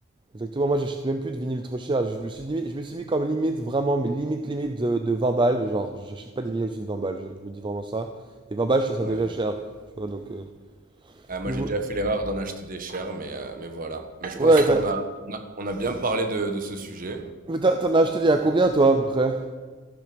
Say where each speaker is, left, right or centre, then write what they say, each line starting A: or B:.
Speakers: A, on the right; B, on the right.
A: exactement. Moi, j'achète même plus de vinyle trop cher. Je me suis dit, je me suis mis comme limite vraiment, mais limite limite de, de 20 balles. Genre, j'achète pas des vinyles au-dessus de 20 balles. Je, je me dis vraiment ça. Et 20 balles, je trouve ça
B: ouais.
A: déjà cher. Tu vois, donc euh,
B: Ah, moi
A: nouveau.
B: j'ai déjà fait l'erreur d'en acheter des chers, mais, euh, mais voilà. Mais je
A: Ouais,
B: pense qu'on
A: t'as,
B: a, on a, on a bien parlé de, de ce sujet.
A: mais t'as- t'en as acheté il y a combien toi à peu près?